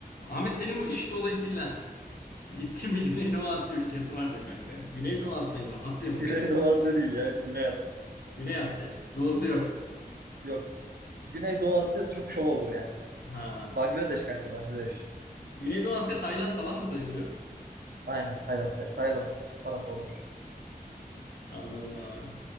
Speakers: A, on the left; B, on the right.
A: Ahmet senin bu iş dolayısıyla <laughs> gittin mi Güneydoğu Asya ülkesi vardı kanka. Güneydoğu Asya mı? Asya mı
B: Güneydoğu
A: direkt?
B: Asya değil ya. Güney Asya.
A: Güney Asya. Doğusu yok.
B: Yok. Güneydoğu Asya çok şov olur yani.
A: Ha.
B: Bangladeş kanka Bangladeş.
A: Güneydoğu Asya Tayland falan mı sayılıyor?
B: Aynen Tayland. Tayland tarafı olur.
A: Anladım abi.